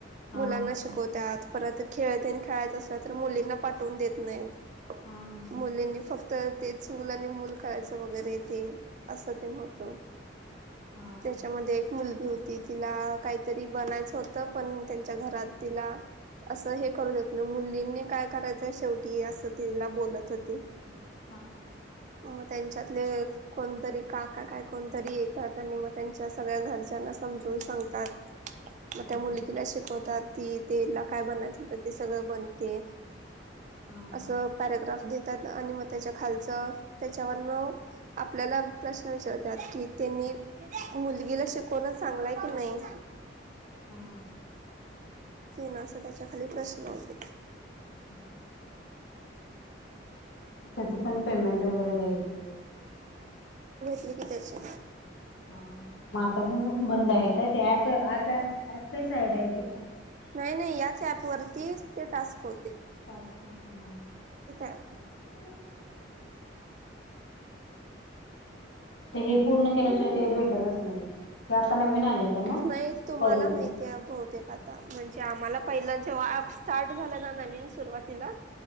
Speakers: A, on the left; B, on the right.
A: हा
B: मुलांना शिकवतत परत खेळते आणि खेळायचं असल्या तर मुलींना पाठवून देत नाहीत.
A: हा हा हा.
B: मुलींनी फक्त ते चूल आणि मूल खायचं वगैरे ते असं ते न होतं.
A: हा
B: त्याच्यामध्ये एक मुलगी होती तिला काहीतरी बनायच होत पण त्यांच्या घरात तिला असं हे करू देत नाही मुलींनी काय करायचंय शेवटी असं तिला बोलत. होते.
A: हम्म हम्म.
B: मग त्यांच्यातले कोणतरी काका काय कोण तरी येतात आणि मग त्यांच्या सगळ्या घरच्यांना समजून सांगतात. मग
A: हा
B: त्या
A: हा
B: मुलगीला
A: हा
B: शिकवतात. की तिला काय बनायच ते सगळं बनते
A: हा
B: असं
A: हा
B: पॅरग्राफ देत त्या आणि म त्याच्या खालचं त्याच्यावरन आपल्याला प्रश्न विचारतात की त्यांनी मुलगीला शिकवूनच चांगलाय की नाही.
A: हा.
B: क ना असं त्याच्या खाली प्रश्न होते.
A: <unintelligible> त्याच पण पेमेंट वगैरे द्यायचं व-
B: लिखितचे.
A: हा मगं आता पण बंद आहे काय? ते ऍप-ऍप काय साईड आहे ते काय?
B: नाही.. नाही.. याच ऍप वरती ते टास्क होत.
A: टास्क ते हा..
B: ऍप
A: हा... ते हे पूर्ण केल्याशिवाय ते भेटतच नाही. हे आता नवीन आले. का मग
B: नाही तुम्हाला
A: कॉलिंगचे
B: नाही ते बहूतेक आता म्हणजे आम्हाला- पहिला जेव्हा ऍप स्टार्ट झालं ना नवीन सुरुवातीला